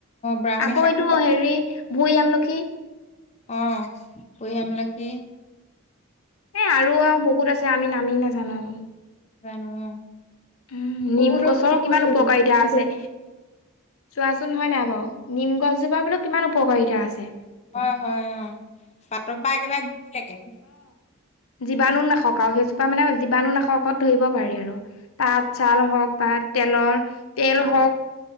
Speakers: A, on the left (about 30°); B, on the left (about 70°).
A: ব্ৰাহ্মী
B: আকৌ
A: শাকটো
B: এইটো
A: খালে
B: হেৰি ভুই আমলখি
A: অ ভুই আমলখি।
B: এ আৰু আৰু বহুত আছে আমি নামেই নাজানোং।
A: জানো অ।
B: উ
A: বহুত
B: নিম গছৰো
A: ঔষধি গুণ
B: কিমান উপকাৰিতা
A: এইবোৰ।
B: আছে। চোৱাচোন হয় নাই বাৰু নিম গছজোপা বোলো কিমান উপকাৰিতা আছে।
A: হয় হয় অ পাটৰ পৰা একেবাৰে গুই লৈকে।
B: জিবাণু নাখক আৰু সেইজোপা মানে জিবাণু নাখকত ধৰিব পাৰি আৰু। পাত চাল হওক বা তেলৰ তেল হওক